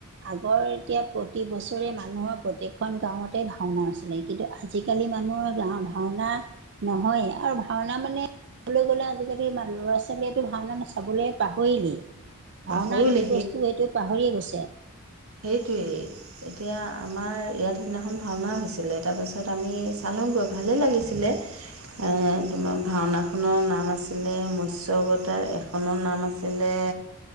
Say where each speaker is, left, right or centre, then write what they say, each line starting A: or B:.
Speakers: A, on the right; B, on the right.
A: আগৰ এতিয়া প্ৰতি বছৰে মানুহৰ প্ৰত্যেকখন গাঁৱতেই ভাওনা আছিলে, কিন্তু আজিকালি মানুহৰ গাওঁ, ভাওনা নহয়, আৰু ভাওনা মানে কবলৈ গ'লে- আজিকালি ল'ৰা-ছোৱালীয়ে এইটো ভাওনা নাচাবলে পাহৰিলেই,
B: পাহৰিলে
A: ভাওনা কি বস্তু এইটো পাহৰিয়ে গৈছে।
B: এইটোৱেই। এতিয়া আমাৰ ইয়াত সিদিনাখন ভাওনা হৈছিলে, তাৰপাছত আমি চালুংগৈ, ভালেই লাগিছিলে। এ তোমাৰ ভাওনাখনৰ নাম আছিলে-মৎস্য অৱতাৰ খনৰ নাম আছিলে,